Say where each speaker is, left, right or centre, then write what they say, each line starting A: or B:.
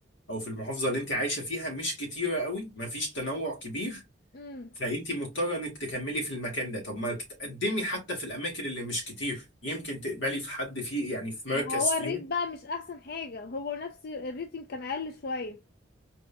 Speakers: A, on the left; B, on the left.
A: او في المحافظه اللي انت عايشه فيها مش كتيره قوي مفيش تنوع كبير
B: امم
A: فانت مضطره انك تكملي في المكان ده طب ما تقدمي حتى في الاماكن اللي مش كتير يمكن تقبلي في حد فيه يعني في مركز
B: ما هو الريت
A: فيهم
B: بقى مش احسن حاجة هو نفس الريت يمكن اقل شوية